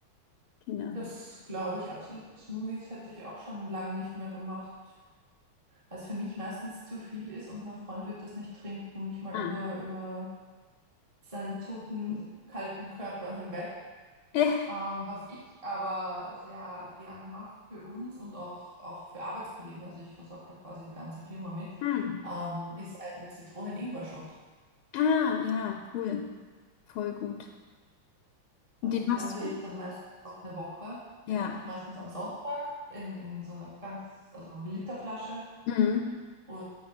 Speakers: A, on the left; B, on the right.
A: Genau.
B: Das glaube ich absolut. Smoothies hätte ich auch schon lange nicht mehr gemacht. was für mich meistens zu viel ist und mein Freund wird das nicht trinken, nicht mal
A: Ah.
B: über, über seinen toten, kalten Körper hinweg.
A: Äh,
B: Ähm, was ich aber sehr gern mache für uns und auch, auch für Arbeitskollegen, also ich versorge da quasi die ganze Firma mit,
A: hm.
B: ähm, ist ein Zitronen-Ingwer-Shot.
A: Ah, ja, cool. Voll gut. Und
B: Also
A: Den
B: der
A: machst
B: hält
A: du.
B: dann meistens auch eine Woche.
A: Ja.
B: Den mache ich meistens am Sonntag in, in so einer ganz, also Literflasche
A: Mhm.
B: und